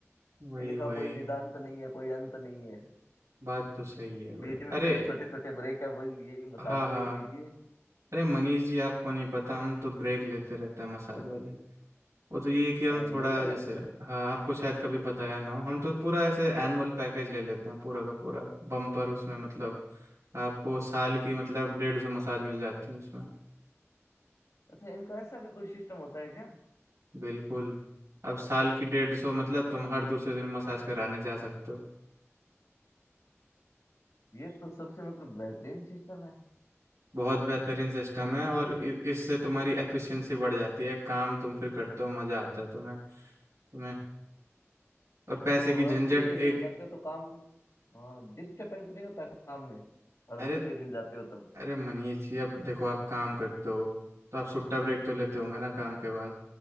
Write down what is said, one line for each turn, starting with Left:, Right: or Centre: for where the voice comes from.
Right: वही
Left: इनका
Right: वही
Left: कोई निदान्त नहीं है कोई अंत नहीं है
Right: बात तो सही है वही
Left: बीच में
Right: अरे
Left: जो छोटे छोटे ब्रेक है वही यही मसाज
Right: हाँ
Left: ब्रेक
Right: हाँ
Left: लीजिए
Right: अरे मनीष जी आपको नहीं पता हम तो ब्रेक लेते रहते हैं मसाज वाले वो तो ये है कि हम
Left: हाँ
Right: थोड़ा
Left: लेते रहते
Right: जैसे
Left: मैं
Right: हाँ आपको शायद कभी बताया ना हो हम तो पूरा ऐसे एनुअल पैकेज ले लेते हैं पूरा का पूरा बम्पर उसमें मतलब आपको साल की मतलब डेढ़ सौ मसाज मिल जाती है उसमें
Left: अच्छा इनका ऐसा भी कोई सिस्टम होता है क्या
Right: बिल्कुल अब साल की डेढ़ सौ मतलब तुम हर दूसरे दिन मसाज कराने जा सकते हो
Left: ये तो सबसे मतलब बेहतरीन सिस्टम है
Right: बहुत बेहतरीन सिस्टम
Left: और
Right: है
Left: वो
Right: और इ- इससे तुम्हारी एफिशिएंसी बढ़ जाती है काम तुम फिर करते हो मजा आता है तुम्हें तुम्हें और पैसे
Left: तो
Right: की झंझट
Left: हर दूसरे दिन
Right: एक
Left: जाते हो तो काम हाँ डिस्टर्बेंस नहीं होता काम में हर
Right: अरे
Left: दूसरे दिन जाते हो तब
Right: अरे मनीष जी अब देखो आप काम करते हो तो आप सुट्टा ब्रेक तो लेते होंगे ना काम के बाद